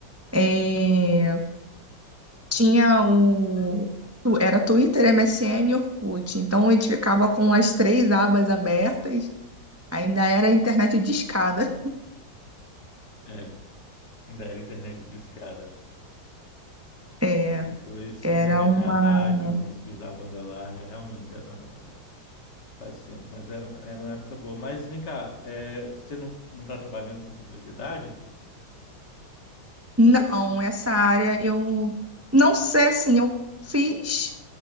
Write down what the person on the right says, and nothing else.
É, tinha o. Era Twitter, MSN e Orkut. Então a gente ficava com as três abas abertas. Ainda era internet discada.
É,
era
uma.
Não, essa área eu não sei assim, eu fiz.